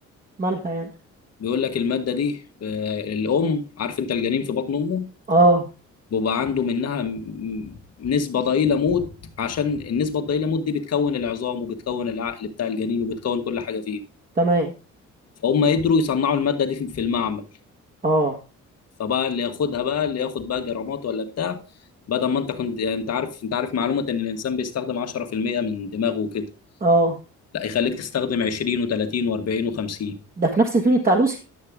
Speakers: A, on the right; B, on the left.
A: مالها يعني
B: بيقول لك الماده دي آه، الام عارف انت الجنين في بطن امه
A: اه
B: بيبقى عنده منها م- نسبة ضئيلة موت عشان النسبة الضئيلة موت دي بتكون العظام وبتكون العقل بتاع الجنين وبتكون كل حاجة فيه
A: تمام
B: فهم قدروا يصنعوا المادة دي في في المعمل
A: اه
B: فبقى اللي ياخدها بقى اللي ياخد بقى جرامات ولا بتاع بدل ما انت كنت يعني انت عارف انت عارف معلومة ان الانسان بيستخدم 10% من دماغه وكده
A: اه
B: لا يخليك تستخدم 20 و30 و40 و50
A: ده في نفس الفيلم بتاع لوسي